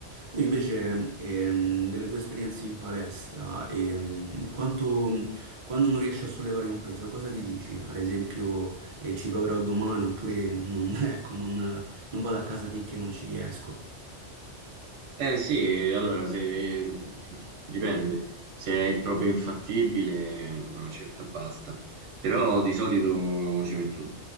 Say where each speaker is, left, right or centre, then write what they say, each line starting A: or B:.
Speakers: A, on the right (about 55°); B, on the right (about 80°).
A: Tu invece, ehm, delle tue esperienze in palestra, ehm, quanto, quando non riesci a sollevare un peso, cosa ti dici? Ad esempio, eh, ci proverò domani oppure non, <laughs> ecco, non, non vado a casa finché non ci riesco.
B: Eh sì, allora se <laughs> dipende, se è proprio infattibile, una certa basta. Però di solito ci metto,